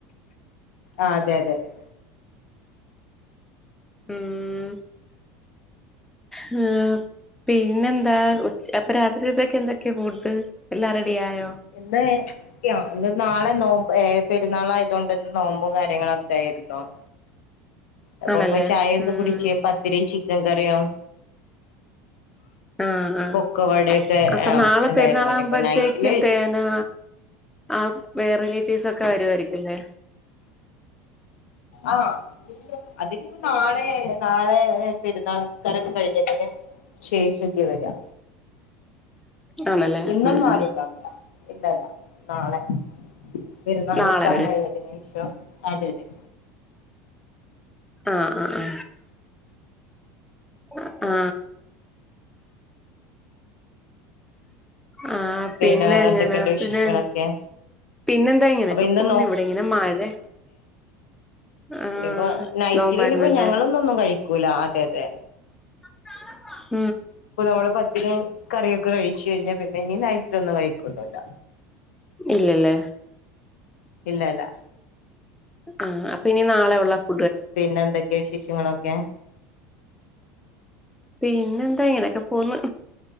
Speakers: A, on the left (about 80°); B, in the centre.
A: ആഹ് അതെ അതെ അതെ
B: ഉം ഹേ പിന്നെന്താ ഉച്ച അപ്പൊ രാത്രി എന്തൊക്കെയാ ഫുഡ് എല്ലാം റെഡിയായോ?
A: ഇന്ന് നാളെ നോമ്പ് ഏ പെരുന്നാളായത് കൊണ്ടിന്ന് നോമ്പും കാര്യങ്ങളോക്കെ ആയിരുന്നു. ഇരുന്നോ അപ്പൊ
B: ആണല്ലേ
A: ഇപ്പൊ ചായ ഒക്കെ
B: ഉം
A: കുടിച്ച് പത്തിരി ചിക്കൻ കറിയും
B: ആഹ് ആഹ്
A: പൊക്കവടയൊക്കെ
B: അപ്പൊ
A: ആ
B: നാളെ
A: ഉണ്ടായിരുന്നു
B: പെരുന്നാളാകുമ്പോഴത്തേക്കും
A: ഇനിയിപ്പോ നൈറ്റില്
B: തേനാ ആഹ് വേറെ റിലേറ്റീവ്സ് ഒക്കെ വരുാവായിരിക്കുല്ലേ?
A: ആഹ് അതിനിപ്പോ നാളെ നാളെ പെരുന്നാള് നിസ്കാരൊക്കെ കഴിഞ്ഞിട്ടെന്നെ ശേശൊക്കേ വരാ
B: ആണല്ലേ
A: ഇന്നൊന്നും
B: ഉം ഉം
A: ആരും ഉണ്ടാവില്ല ഇല്ലല്ല നാളെ പെരുന്നാൾ
B: നാളെ
A: നിസ്കാരം കഴിഞ്ഞതിന് ശേഷം അതെ അതെ
B: ആ ആ ആ അ ആ ആ
A: പിന്നെ
B: പിന്നെങ്ങനെ
A: വേറെ എന്തൊക്കെയുണ്ട് വിശേഷങ്ങളൊക്കെ
B: പിന്നെ പിന്നെന്താ ഇങ്ങനെയൊക്കെ
A: അപ്പൊ ഇന്ന്
B: പോന്ന് ഇവിടെ ഇങ്ങനെ മഴ ആഹ്
A: ഇനിപ്പോ നൈറ്റിലിനിപ്പോ
B: നോമ്പായിരുന്നല്ലേ
A: ഞങ്ങളൊന്നും ഒന്നും കഴിക്കൂല അതെതെ
B: <unintelligible>
A: ഇപ്പൊ നമ്മള് പത്തിരീം കറിയൊക്കെ കഴിച്ചു കഴിഞ്ഞാ പിന്നെ ഇനി നൈറ്റിലൊന്നും കഴിക്കൊന്നുല്ല
B: ഇല്ലല്ലേ
A: ഇല്ല ല്ല
B: ആ അപ്പൊ ഇനി നാളെയൊള്ളസ്
A: പിന്നെ എന്തൊക്കെയാ വിശേഷങ്ങളൊക്കെ
B: പിന്നെന്താ ഇങ്ങനെയൊക്കെ പോന്ന്